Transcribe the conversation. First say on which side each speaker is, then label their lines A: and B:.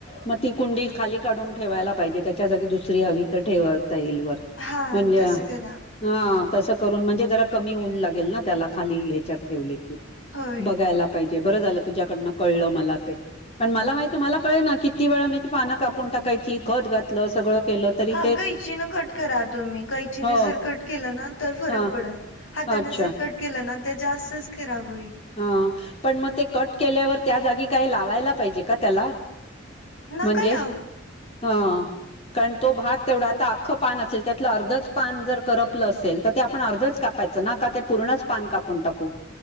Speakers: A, on the left; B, on the left.
A: मग ती कुंडी खाली काढून ठेवायला पाहिजे त्याच्या जागी दुसरी हवी तर ठेवता येईल वर.
B: हा
A: म्हणजे
B: तसं करा.
A: हा तसं करून म्हणजे जरा कमी ऊन लागेल ना त्याला खाली ह्याच्यात ठेवली की.
B: होय
A: बघायला पाहिजे बरं झालं तुझ्याकडनं कळलं मला ते. कारण मला माहिित मला कळे ना किती वेळा मी त पानं कापून टाकायची खत घातलं सगळं केलं. तरी
B: हां
A: ते
B: कैचीन कट करा तुम्ही कैचीने
A: हो
B: जर कट केलं ना तर फरक
A: हा
B: पडेल. हाताने
A: अच्छा
B: जर कट केलं ना ते जास्तच खराब होईल.
A: हा पण मग ते कट केल्यावर त्या जागी काही लावायला पाहिजे का त्याला
B: नका
A: म्हणजे
B: लावू.
A: हा. कारण तो भाग तेवढा आता आख्खं पान असेल त्यातलं अर्धच पान जर करपलं असेल तर ते आपण अर्धच कापायचं ना का ते पूर्णच पान कापून टाकू